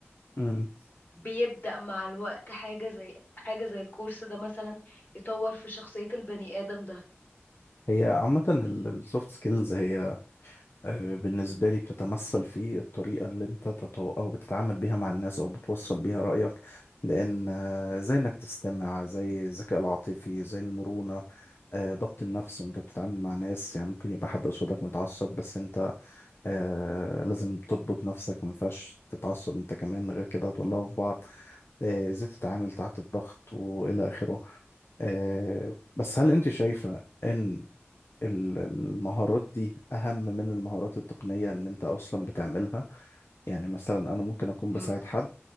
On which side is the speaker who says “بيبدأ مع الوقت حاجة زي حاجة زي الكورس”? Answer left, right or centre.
Left